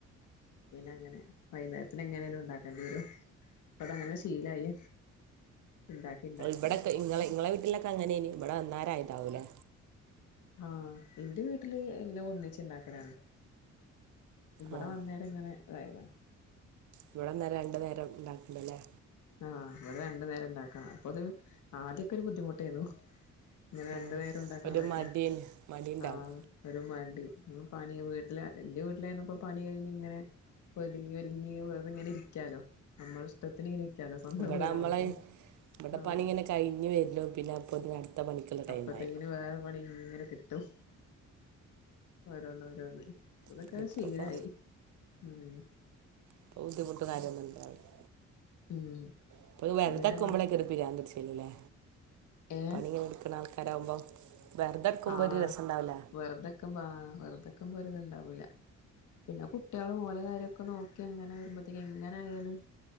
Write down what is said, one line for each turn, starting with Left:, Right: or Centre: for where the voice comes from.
Left: അത് പിന്നെങ്ങനെ വൈന്നേരത്തിന് എങ്ങനേലും ഉണ്ടാക്കേണ്ടി വരും. ഇപ്പതങ്ങനെ ശീലായി ഇണ്ടാക്കി ഇണ്ടാക്കി
Right: ഇവിടെയൊക്കെ ഇങ്ങളെ ഇങ്ങളെ വീട്ടിലൊക്കെ അങ്ങനെയാണ് ഇവിടെ അന്നേരയതാവൂലെ
Left: ആ എന്റെ വീട്ടില് എല്ലാം ഒന്നിച്ചിണ്ടാക്കലാണ്. ഇവിടെ
Right: ആഹ്
Left: വന്നേരിങ്ങനെ ഇതായതാണ്
Right: ഇവിടന്നേരം രണ്ടു നേരം ഇണ്ടാക്കലല്ലേ
Left: ആ ഇവിടെ രണ്ടു നേരം ഇണ്ടാക്കണം അപ്പൊത് ആദ്യൊക്കെ ഒരു ബുദ്ധിമുട്ടായിരുന്നു. ഇങ്ങനെ
Right: ഉം
Left: രണ്ടു നേരം ഇണ്ടാക്കണതൊക്കെ
Right: ഒരു മടിയന് മടിണ്ടാവും
Left: ആ ഒരു മടി പണി വീട്ടില് എന്റെ വീട്ടിലായിരുന്നപ്പോ പണി കഴിഞ്ഞിങ്ങനെ ഒതുങ്ങി ഒരുങ്ങി വെറുതെ ഇങ്ങനെ ഇരിക്കാലോ നമ്മള ഇഷ്ടത്തിന് ഇങ്ങനെ ഇരിക്കാലോ സ്വന്തം
Right: ഇവിടെ
Left: വീടാവുമ്പോ
Right: നമ്മളെ ഇവിടെ
Left: ആഹ്
Right: പണി ഇങ്ങനെ കഴിഞ്ഞ് വരുന്നു. പിന്നെ അപ്പ ഇനി അടുത്ത പണിക്കെള്ള ടൈം
Left: അപ്പത്തേക്കിന്
Right: ആയി.
Left: വേറെ പണി ഇങ്ങനെ കിട്ടും ഓരോന്ന് ഓരോന്ന് അതൊക്കെ
Right: പിന്നെ ഇപ്പപ്പോ
Left: ശീലായി ഉം
Right: ഇപ്പൊ ബുദ്ധിമുട്ടും കാര്യൊന്നും ഇണ്ടാവൂല്ല
Left: ഉം
Right: ഇപ്പൊക്കെ
Left: അപ്പൊ
Right: വെറുതെ
Left: പിന്നെ
Right: ഇരിക്കുമ്പളായിരിക്കും
Left: കൊഴ
Right: ഒര് പ്രാന്ത് പിടിച്ചിനു അല്ലെ
Left: ഏഹ്
Right: പണി ഇങ്ങനെ വിൽക്കണ ആൾക്കാരാവുമ്പോ വെറുതെ എടുക്കുമ്പോ
Left: ആ
Right: ഒരു രസം ഉണ്ടാവില്ല
Left: വെറുതെക്കുമ്പൊ ആ വെറുതെക്കുമ്പൊ ഒരിതെണ്ടാവൂല്ല പിന്നെ കുട്ടികള് ഓല കാര്യൊക്കെ നോക്കി അങ്ങനെ വരുമ്പോത്തേക്കും എങ്ങനെ ആയാലും